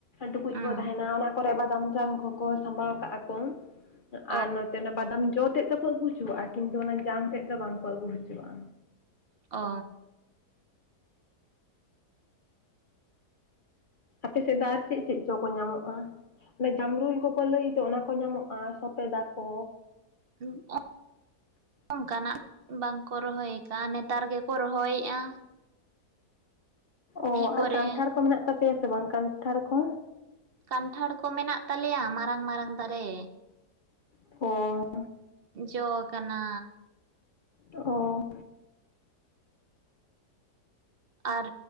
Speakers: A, on the left; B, on the right.
A: ᱴᱩᱠᱩᱡ
B: ᱩᱸ
A: ᱠᱚ ᱛᱟᱦᱮᱱᱟ ᱚᱱᱟ ᱠᱚᱨᱮ <unintelligible> ᱡᱟᱝ ᱠᱚᱠᱚ ᱥᱟᱢᱵᱟᱣ ᱠᱟᱜᱼᱟ ᱠᱚ᱾ ᱟᱨ
B: ᱚ
A: ᱱᱚᱛᱮ ᱚᱱᱟ ᱵᱟᱫᱟᱢ ᱡᱚ ᱛᱮᱫ ᱫᱚ ᱠᱚ ᱟᱹᱜᱩ ᱦᱚᱪᱚᱣᱟᱜᱼᱟ᱾ ᱠᱤᱱᱛᱩ ᱚᱱᱟ ᱡᱟᱝ ᱛᱮᱫ ᱫᱚ ᱵᱟᱝᱠᱚ ᱟᱹᱜᱩ ᱦᱚᱪᱚᱣᱟᱜ-ᱟ᱾
B: ᱚ
A: ᱟᱯᱮ ᱥᱮᱫ ᱫᱚ ᱟᱨ ᱪᱮᱫ ᱪᱮᱫ ᱡᱚ ᱠᱚ ᱧᱟᱢᱚᱜᱼᱟ? ᱮ ᱡᱟᱢᱨᱩᱞ ᱠᱚᱠᱚ ᱞᱟᱹᱭᱛᱮ ᱚᱱᱟ ᱠᱚ ᱧᱟᱢᱚᱜᱼᱟ ᱥᱚᱵᱮᱫᱟ ᱠᱚ?
B: <unintelligible> ᱚᱱᱠᱟᱱᱟᱜ ᱵᱟᱝᱠᱚ ᱨᱚᱦᱚᱭ ᱠᱟᱫᱼᱟ, ᱱᱮᱛᱟᱨ ᱜᱮᱠᱚ ᱨᱚᱦᱚᱭᱮᱫᱼᱟ᱾
A: ᱚ
B: ᱠᱚᱨᱮ
A: ᱟᱨ ᱠᱟᱱᱴᱷᱟᱲ ᱠᱚ ᱢᱮᱱᱟᱜ ᱛᱟᱯᱮᱭᱟ ᱥᱮ ᱵᱟᱝ ᱠᱟᱱᱴᱷᱟᱲ ᱠᱚ?
B: ᱠᱟᱱᱴᱷᱟᱲ ᱠᱚ ᱢᱮᱱᱟᱜ ᱛᱟᱞᱮᱭᱟ ᱢᱟᱨᱟᱝ ᱢᱟᱨᱟᱝ ᱫᱟᱨᱮ᱾
A: <unintelligible>
B: ᱡᱚ ᱠᱟᱱᱟ
A: ᱚ
B: ᱟᱨ